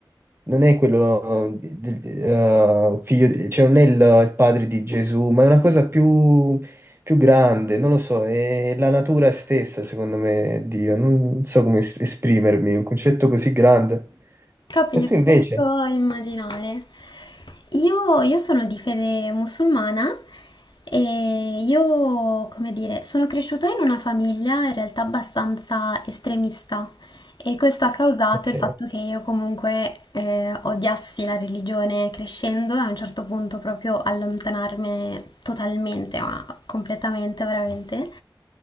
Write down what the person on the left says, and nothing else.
Capisco,
posso immaginare. Io, io sono di fede musulmana e io, come dire, sono cresciuta in una famiglia in realtà abbastanza estremista, E questo ha causato
il fatto che io comunque eh, odiassi la religione crescendo e a un certo punto proprio allontanarmi totalmente, ma completamente veramente.